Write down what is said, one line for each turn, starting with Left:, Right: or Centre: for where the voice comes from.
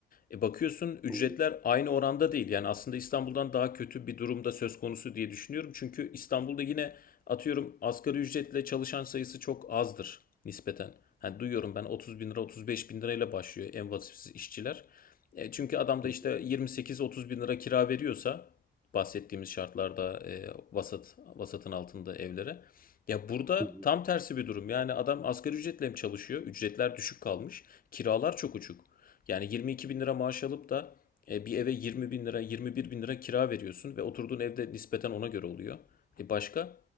Left: E bakıyorsun ücretler
Centre: Oo.
Left: aynı oranda değil. Yani aslında İstanbul'dan daha kötü bir durumda söz konusu diye düşünüyorum. Çünkü İstanbul'da yine atıyorum asgari ücretle çalışan sayısı çok azdır nispeten. Hani duyuyorum ben 30 bin lira 35 bin lirayla başlıyor en vasıfsız işçiler. E çünkü adam
Centre: Hı
Left: da
Centre: hı,
Left: işte 28-30 bin lira kira veriyorsa bahsettiğimiz şartlarda e, vasat vasatın altında evlere. Ya burada
Centre: hı hı.
Left: tam tersi bir durum. Yani adam asgari ücretle mi çalışıyor? Ücretler düşük kalmış. Kiralar çok uçuk. Yani 22 bin lira maaş alıp da e, bir eve 20 bin lira, 21 bin lira kira veriyorsun ve oturduğun evde nispeten ona göre oluyor. E başka?